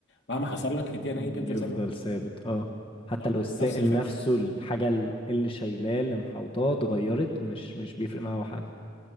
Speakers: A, on the left (about 60°); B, on the left (about 25°).
A: مهما حصل لك الدي ان
B: بيفضل
A: ايه بيفضل زي ما هو
B: ثابت اه حتى
A: صح
B: لو السائل
A: نفس الفكره
B: نفسه الحاجة اللي شايلاه اللي محوطاه اتغيرت مش مش بيفرق معاه حاجة